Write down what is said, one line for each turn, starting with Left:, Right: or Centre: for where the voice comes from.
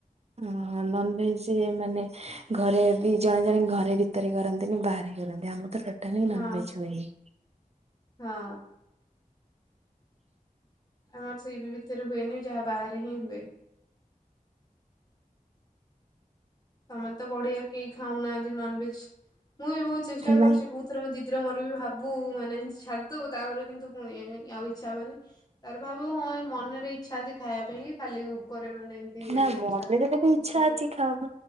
Right: ଆଁ ନନଭେଜ ମାନେ ଘରେ ବି ଜଣେ ଜଣେ ଘରେ ଭିତରେ କରନ୍ତିନି ବାହାରେ କରନ୍ତି ଆମ ତ ତୋଟା <inaudible>
Left: ହଁ
Right: ନନ୍ଭେଜ ହୁଏ।
Left: ହଁ ଆମର ସେଇ ବି ଭିତରେ ହୁଏନି ଯାହା ବାହାରେ ହିଁ ହୁଏ। ତମନତ ବଢିଆ କେହି ଖାଉନାହାନ୍ତି ନନ୍ ଭେଜ ମୁଁ ବି ବହୁତ ଚେଷ୍ଟା କରୁଛି
Right: ନାଇଁ
Left: ବହୁତ ଥରେ ମୋ ଦିଦିର ମୋର ବି ଭାବୁ ମାନେ ଇଁ ଛାଡଦବୁ ତାପରେ କିନ୍ତୁ ପୁଣି ଇନ୍ ଆଉ ଇଚ୍ଛା ହବନି। ତାଅରେ ଭାବୁ ହଁ ଏ ମନରେ ଇଚ୍ଛା ଅଛି ଖାଇବା ପାଇଁ କି ଖାଲି ଉପ ପରେ ମାନେ ଏମିତି ଇଏରେ
Right: ନା ମନରେ
Left: ଛାଡିଲେ କଣ
Right: ବି
Left: ବସିଲି
Right: ଇଚ୍ଛା ଅଛି
Left: <inaudible>
Right: ଖାଅ ମାନେ